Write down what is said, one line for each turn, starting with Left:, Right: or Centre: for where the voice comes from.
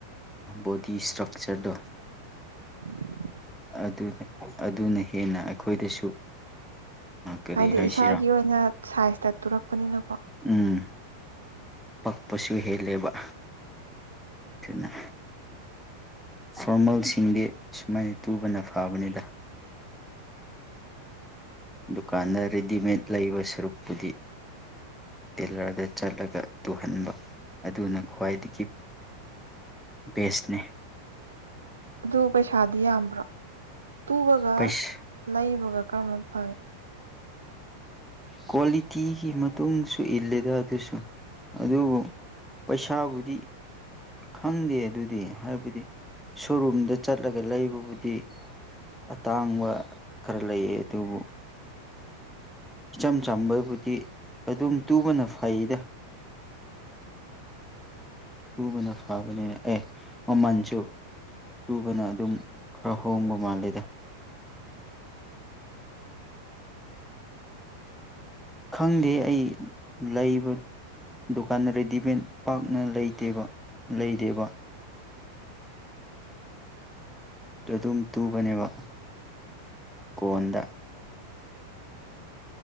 Centre: ꯕꯣꯗꯤ ꯏꯁꯇ꯭ꯔꯛꯆꯔꯗꯣ꯫
Right: <unintelligible>
Centre: ꯑꯗꯨꯅꯦ ꯑꯗꯨꯅ ꯍꯦꯟꯅ ꯑꯩꯈꯣꯏꯗꯁꯨ ꯀꯔꯤ
Right: ꯍꯥꯏꯗꯤ
Centre: ꯍꯥꯏꯁꯤꯔꯥ
Right: ꯏꯁꯥꯒꯤ ꯑꯣꯏꯅ ꯁꯥꯏꯖꯇ ꯇꯨꯔꯛꯄꯅꯤꯅꯀꯣ꯫
Centre: ꯎꯝ꯫ ꯄꯛꯄꯁꯨ ꯍꯦꯜꯂꯦꯕ꯫ ꯊꯤꯅ꯫ ꯐꯣꯔꯃꯦꯜꯁꯤꯡꯗꯤ ꯁꯨꯃꯥꯏꯅ ꯇꯨꯕꯅ ꯐꯕꯅꯤꯗ꯫ ꯗꯨꯀꯥꯟꯗ ꯔꯦꯗꯤꯃꯦꯠ ꯂꯩꯕ ꯁꯔꯨꯛꯄꯨꯗꯤ꯫ ꯇꯦꯂꯔꯗ ꯆꯠꯂꯒ꯫ ꯇꯨꯍꯟꯕ ꯑꯗꯨꯅ ꯈ꯭ꯋꯥꯏꯗꯒꯤ ꯕꯦꯁꯅꯦ꯫
Right: ꯑꯗꯨ ꯄꯩꯁꯥꯗꯤ ꯌꯥꯝꯕ꯭ꯔꯣ ꯇꯨꯕꯒ
Centre: ꯄꯩꯁꯥ
Right: ꯂꯩꯕꯒ ꯀꯔꯝꯕꯅ ꯐꯒꯦ꯫
Centre: ꯀ꯭ꯋꯥꯂꯤꯇꯤꯒꯤ ꯃꯇꯨꯡꯁꯨ ꯏꯜꯂꯦꯗ ꯑꯗꯨꯁꯨ ꯑꯗꯨꯕꯨ ꯄꯩꯁꯥꯕꯨꯗꯤ ꯈꯪꯗꯦ ꯑꯗꯨꯗꯤ ꯍꯥꯏꯕꯗꯤ ꯁꯣꯔꯨꯝꯗ ꯆꯠꯂꯒ ꯂꯩꯕꯕꯨꯗꯤ ꯑꯇꯥꯡꯕ ꯈꯔ ꯂꯩꯌꯦ ꯑꯗꯨꯕꯨ ꯏꯆꯝ ꯆꯝꯕꯕꯨꯗꯤ ꯑꯗꯨꯝ ꯇꯨꯕꯅ ꯐꯩꯗ꯫ ꯇꯨꯕꯅ ꯐꯕꯅꯦ ꯑꯦ ꯃꯃꯟꯁꯨ ꯇꯨꯕꯅ ꯑꯗꯨꯝ ꯈꯔ ꯍꯣꯡꯕ ꯃꯥꯂꯦꯗ꯫ ꯈꯪꯗꯦ ꯑꯩ ꯂꯩꯕ ꯗꯨꯀꯥꯟꯗ ꯔꯦꯗꯤꯃꯦꯠ ꯄꯥꯛꯅ ꯂꯩꯗꯦꯕ ꯂꯩꯗꯦꯕ꯫ ꯗꯨꯗ ꯗꯨꯝ ꯇꯨꯕꯅꯦꯕ ꯀꯣꯟꯗ꯫